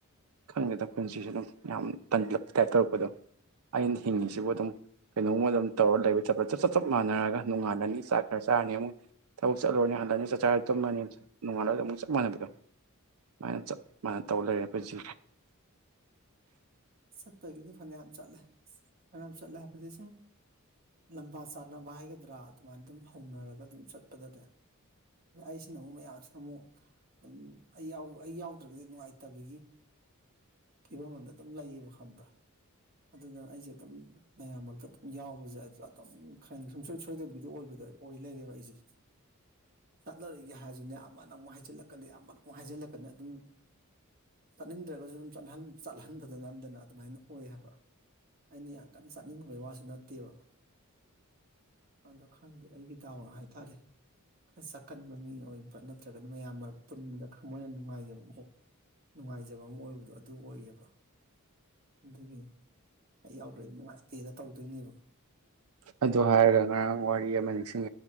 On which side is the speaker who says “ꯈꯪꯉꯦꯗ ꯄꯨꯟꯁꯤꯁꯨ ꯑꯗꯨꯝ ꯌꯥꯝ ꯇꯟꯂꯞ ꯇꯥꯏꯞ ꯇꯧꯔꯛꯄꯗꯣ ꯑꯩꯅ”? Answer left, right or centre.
Right